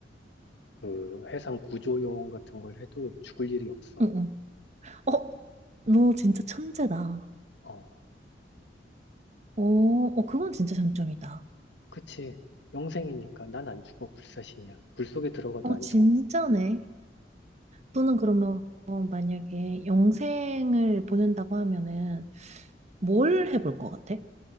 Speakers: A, on the left (about 80°); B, on the right (about 40°).
A: 그 해상 구조요원 같은 걸 해도 죽을 일이 없어.
B: 응, 응. 어, 너 진짜 천재다.
A: 어,
B: 어, 어, 그건 진짜 장점이다.
A: 그치. 영생이니까 난 안 죽어. 불사신이야. 불 속에 들어가도
B: 어,
A: 안
B: 진짜네.
A: 죽어.
B: 또는 그러면 만약에 영생을 보낸다고 하면은 뭘 해볼 것 같아?